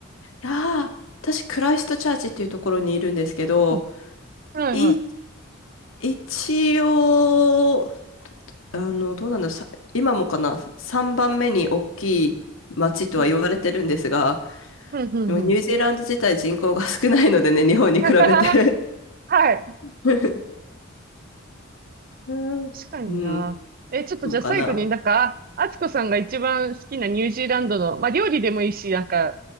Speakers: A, on the left; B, on the right.
A: いやー、私、クライストチャーチっていうところにいるんですけど、
B: うん。はいはい
A: い、一応、あの、どうなんだろう、さ今もかな、3番目に大きい街とは言われてるんですが、
B: うんうん。うんうんうん。
A: でもニュージーランド自体人口が少ないのでね、日本に比べて。
B: <laughs> はい。
A: <laughs> うん。
B: 確かにな。
A: うん、
B: え、ちょっとじゃあ最後になんか、
A: そうかな。
B: あつこさんが一番好きなニュージーランドの、まあ料理でもいいし、なんか、